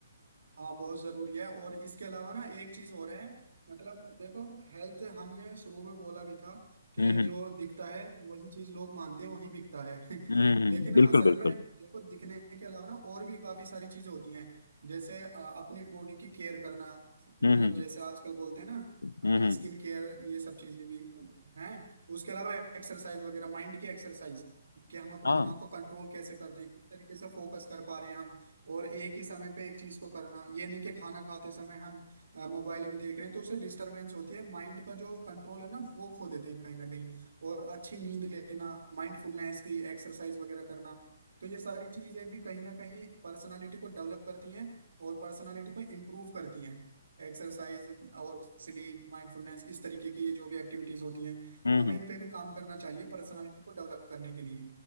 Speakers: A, on the right; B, on the left.
A: हाँ बहुत जरूरी है और इसके अलावा ना एक चीज और है मतलब देखो हेल्थ हमने शुरू में बोला भी था कि
B: हम्म हम्म
A: जो दिखता है वही चीज लोग मानते हैं वही बिकता है
B: हम्म
A: <laughs>
B: हम्म,
A: लेकिन
B: बिल्कुल
A: असल
B: बिल्कुल
A: में देखो दिखने के अलावा ना और भी काफी सारी चीजें होती हैं जैसे अ, अपनी बॉडी की केयर करना मतलब
B: हम्म हम्म
A: जैसे आजकल बोलते हैं ना
B: हम्म हम्म,
A: स्किन केयर ये सब चीजें भी हैं उसके अलावा एक्सरसाइज वगैरह माइंड की एक्सरसाइज कि हम अपने
B: हाँ
A: दिमाग को कंट्रोल कैसे करते हैं किस तरीके से फोकस कर पा रहे हैं हम और एक ही समय पे एक चीज को करना ये नहीं कि खाना खाते समय हम अ, मोबाइल भी देख रहे हैं तो उससे डिस्टरबेंस होती है माइंड का जो कंट्रोल है ना वो खो देते हैं कहीं ना कहीं और अच्छी नींद लेना माइंडफुलनेस की एक्सरसाइज वगैरह करना तो ये सारी चीजें भी कहीं ना कहीं पर्सनालिटी को डेवलप करती हैं और पर्सनालिटी को इम्प्रूव करती हैं एक्सरसाइज और स्लीप माइंडफुलनेस इस तरीके की ये जो भी एक्टिविटीज होती हैं
B: हम्म
A: तो हमें इन पे भी काम करना चाहिए पर्सनालिटी को डेवलप करने के लिए